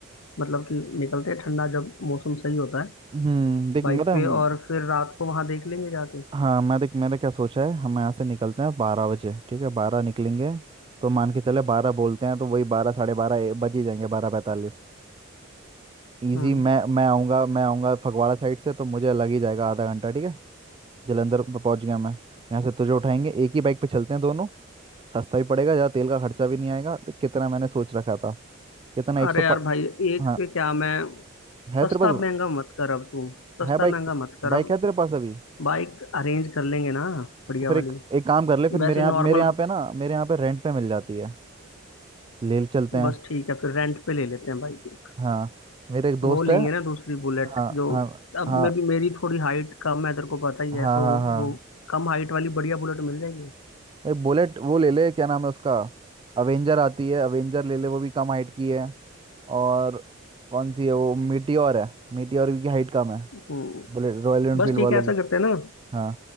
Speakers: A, on the left (about 75°); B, on the right (about 25°).
A: मतलब कि निकलते हैं ठंडा जब मौसम सही होता है
B: हम्म देख
A: बाइक
B: मतलब
A: पे और फिर रात को वहां देख लेंगे जाके
B: हाँ मैं देख मैंने क्या सोचा है हम यहाँ से निकलते हैं बारह बजे ठीक है बारह निकलेंगे तो मान के चले बारह बोलते हैं तो वही बारह साढ़े बारह बज ही जाएंगे बारह पैंतालीस ईजी
A: हम्म
B: मैं मैं आऊँगा मैं आऊँगा फगवाड़ा साइड से तो मुझे लग ही जाएगा आधा घंटा ठीक है जलंधर प- पहुँच गया मैं यहाँ से तुझे उठाएंगे एक ही बाइक पे चलते हैं दोनों सस्ता भी पड़ेगा ज़्यादा तेल का खर्चा भी नहीं आएगा देख कितना मैंने सोच रखा था कितना एक
A: अरे
B: सौ प...
A: यार भाई एक
B: हाँ
A: पे क्या मैं
B: है
A: सस्ता
B: तेरे पास
A: महंगा मत कर अब तू सस्ता
B: है बाइक
A: महंगा मत कर
B: बाइक
A: अब
B: है तेरे पास अभी
A: बाइक अरेंज कर लेंगे ना बढ़िया
B: तो फिर
A: वाली
B: एक एक काम कर ले फिर
A: वैसे
B: मेरे यहाँ
A: नॉर्मल
B: मेरे यहाँ पे ना मेरे यहाँ पे रेंट पे मिल जाती है ले चलते हैं
A: बस ठीक है फिर रेंट पे ले लेते हैं बाइक एक
B: हाँ मेरे एक दोस्त
A: वो
B: है
A: लेंगे ना दूसरी बुलेट
B: हाँ
A: जो
B: हाँ
A: अब
B: हाँ
A: मेरी मेरी थोड़ी हाइट कम है तेरे को पता ही
B: हाँ
A: है तो
B: हाँ हाँ
A: वो कम हाइट वाली बढ़िया बुलेट मिल जाएगी
B: एक बुलेट वो ले ले क्या नाम है उसका अवेंजर आती है अवेंजर ले ले वो भी कम हाइट की है और कौन सी है वो मीटियोर है मीटियोर की हाइट कम है
A: हम्म
B: बुलेट रॉयल एनफील्ड
A: बस ठीक
B: वालों
A: है ऐसा
B: की
A: करते हैं ना
B: हाँ